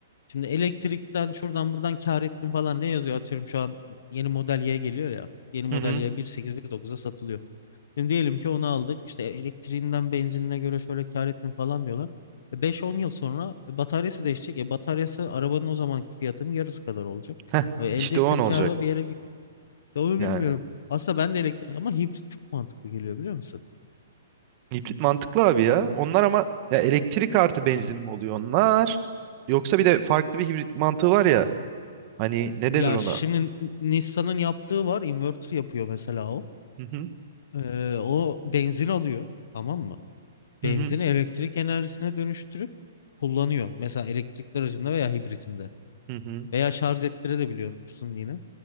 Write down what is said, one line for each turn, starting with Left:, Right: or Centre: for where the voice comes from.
Left: Şimdi elektrikten şuradan buradan kar ettim falan diye yazıyor. Atıyorum şu an yeni model Y geliyor ya. Yeni model
Right: Hı hı.
Left: Y 1.8 dokuz'a satılıyor. Şimdi diyelim ki onu aldık. İşte elektriğinden benzinine göre şöyle kar ettim falan diyorlar. E, 5-10 yıl sonra e, bataryası değişecek. E bataryası arabanın o zamanki fiyatının yarısı kadar olacak.
Right: Heh,
Left: E, elde
Right: işte
Left: ettiğim
Right: o an olacak
Left: karda bir yere gitti. Onu
Right: yani.
Left: bilmiyorum. Aslında ben de elektrik ama hibrit çok mantıklı geliyor biliyor musun?
Right: Hibrit mantıklı abi ya. Onlar ama ya elektrik artı benzin mi oluyor onlar? Yoksa bir de farklı bir hibrit mantığı var ya. Hani ne
Left: Ya
Right: denir ona?
Left: şimdi Nissan'ın yaptığı var. Inverter yapıyor mesela o.
Right: Hı hı.
Left: E, o benzin alıyor. Tamam mı? Benzini
Right: Hı hı.
Left: elektrik enerjisine dönüştürüp kullanıyor. Mesela elektrikli aracında veya hibritinde.
Right: Hı hı.
Left: Veya şarj ettirebiliyormuşsun yine.